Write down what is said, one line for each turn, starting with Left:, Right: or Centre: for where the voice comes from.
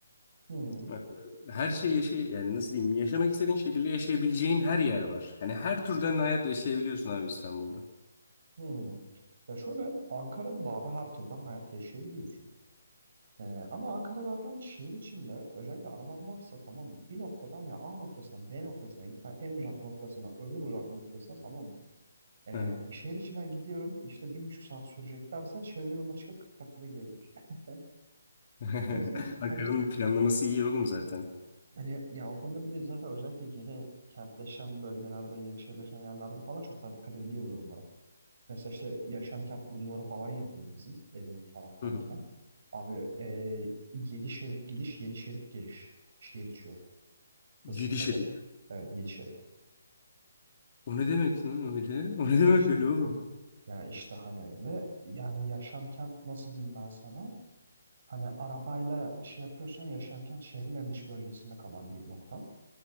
Right: Hı.
Left: Ee, Her şey yaşa yani nasıl diyeyim yaşamak istediğin şekilde yaşayabileceğin her yer var. Yani her türden hayat yaşayabiliyorsun abi İstanbul'da.
Right: Hmm. Ya şöyle Ankara'da da abi her türden hayat yaşayabiliyorsun. Ee, ama Ankara zaten şehir içinde özellikle araban varsa tamam mı? Bir noktadan ya A noktasından B noktasına gitme en uzak noktasına öbür uzak noktasına tamam mı? Ee,
Left: Hı hı.
Right: şehir içinden gidiyorum işte bir buçuk saat sürecek dersen çevre yoluna çıkıp 40 dakikada gidebiliyorsun. <laughs>
Left: <laughs>
Right: O yüzden
Left: Ankara'nın
Right: hani
Left: planlaması iyi oğlum zaten.
Right: hani ya o konuda bir de zaten özellikle yeni kentleşen bölgelerde yeni şehirleşen yerlerde falan çok daha dikkat ediliyor bu durumlara. Mesela işte Yaşamkent bulvarı falan yapıldı bizim evin bu taraftan
Left: Hı hı.
Right: giden. Abi eee 7 şerit gidiş, 7 şerit geliş. Şehir içi yol.
Left: Yedi
Right: Hız sınırı
Left: şerit.
Right: evet 7 şerit.
Left: O ne demek lan öyle? O ne
Right: E
Left: demek
Right: İşte
Left: öyle oğlum?
Right: hani ya işte hani ve yani Yaşamkent nasıl diyeyim ben sana? Hani arabayla şey yapıyorsan Yaşamkent şehrin en dış bölgesinde kalan bir nokta.